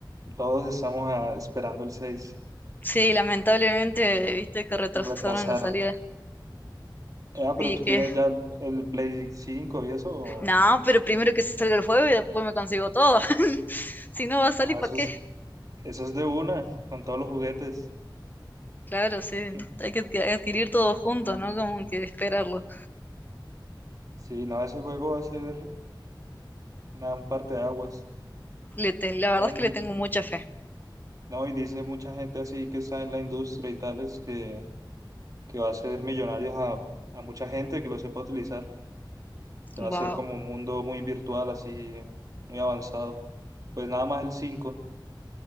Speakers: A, on the right (about 45°); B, on the left (about 25°).
A: Todos estamos ah, esperando el 6.
B: Sí, lamentablemente, viste que retrasaron
A: Retrasaron.
B: la salida
A: Ah, pero
B: y
A: tú
B: que,
A: tienes ya el Play 5 y eso. o-
B: no, pero primero que salga el juego y después me consigo todo. <laughs> Si no va a
A: No,
B: salir,
A: eso
B: ¿para qué?
A: es, eso es de una, con todos los juguetes.
B: Claro, sí,
A: <laughs>
B: hay que adqui- adquirir todo junto, ¿no? Como que esperarlo.
A: Sí, no, ese juego va a ser nada, un parteaguas.
B: Le te- la
A: Dicen,
B: verdad es que le tengo mucha fe.
A: no, y dice mucha gente así que está en la industria y tales que, que va a hacer millonarios a, a mucha gente que lo sepa utilizar, que
B: Wow,
A: va a ser como un mundo muy virtual, así, muy avanzado. Pues nada más el cinco